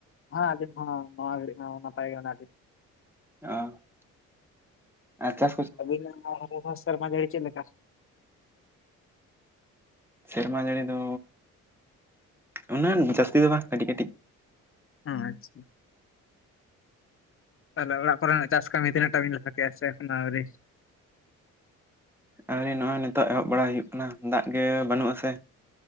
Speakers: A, on the left; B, in the centre.
A: ᱟᱞᱤᱱ ᱦᱚᱸ ᱱᱚᱣᱟ ᱜᱷᱟᱲᱤᱡ ᱦᱚᱸ ᱱᱟᱯᱟᱭ ᱜᱮ ᱢᱮᱱᱟᱜ ᱞᱮᱧ
B: ᱚ ᱟᱪᱪᱷᱟ᱾
A: ᱟᱵᱤᱱ <unintelligible> ᱢᱟ ᱥᱮᱨᱢᱟ ᱡᱟᱹᱲᱤ ᱪᱮᱫ ᱞᱮᱠᱟ?
B: ᱥᱮᱨᱢᱟ ᱡᱟᱹᱲᱤ ᱫᱚ ᱩᱱᱟᱹᱜ ᱡᱟᱹᱥᱛᱤ ᱫᱚ ᱵᱟᱝ ᱠᱟᱹᱴᱤᱡ ᱠᱟᱹᱴᱤᱡ᱾
A: ᱦᱮᱸ ᱟᱪᱪᱷᱟ᱾ ᱛᱟᱦᱚᱞᱮ ᱚᱲᱟᱜ ᱠᱚᱨᱮᱱᱟᱜ ᱪᱟᱥ ᱠᱟᱹᱢᱤ ᱛᱤᱱᱟᱹᱜ ᱴᱟ ᱵᱤᱱ ᱞᱟᱦᱟ ᱠᱮᱭᱟ ᱥᱮ ᱟᱹᱣᱨᱤ?
B: ᱟᱹᱣᱨᱤ ᱱᱚᱜᱼᱚᱭ ᱱᱤᱛᱚᱜ ᱮᱦᱚᱵ ᱵᱟᱲᱟᱭ ᱦᱩᱭᱩᱜ ᱠᱟᱱᱟ ᱫᱟᱜ ᱜᱮ ᱵᱟᱹᱱᱩᱜ ᱟᱥᱮ᱾